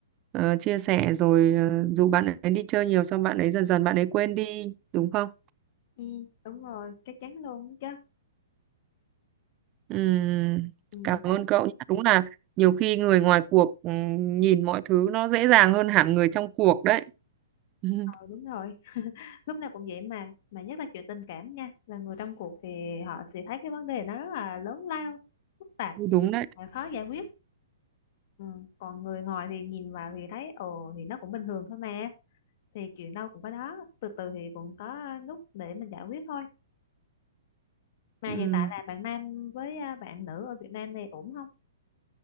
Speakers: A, on the right; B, on the left.
A: ờ, chia sẻ rồi ờ, dù bạn ấy đi chơi nhiều xong bạn ấy dần dần bạn ấy quên đi đúng không
B: Ừ, đúng rồi, chắc chắn luôn đó chứ.
A: Ừm,
B: Ừ,
A: cảm ơn
B: tại
A: cậu nhé. Đúng là nhiều khi người ngoài cuộc ừm, nhìn mọi thứ nó dễ dàng hơn hẳn người trong cuộc đấy. <laughs>
B: ờ, đúng rồi. Lúc nào cũng vậy mà, mà nhất là chuyện tình cảm nha, là người trong cuộc thì họ sẽ thấy cái vấn đề nó rất là lớn lao, phức tạp,
A: Ừm, đúng đấy.
B: và khó giải quyết. Ừ, còn người ngoài thì nhìn vào thì thấy ồ thì nó cũng bình thường thôi mà, thì chuyện đâu cũng có đó, từ từ thì cũng có lúc để mình giải quyết thôi. Mà
A: Ừm,
B: hiện tại là bạn nam với à, bạn nữ ở Việt Nam này ổn không?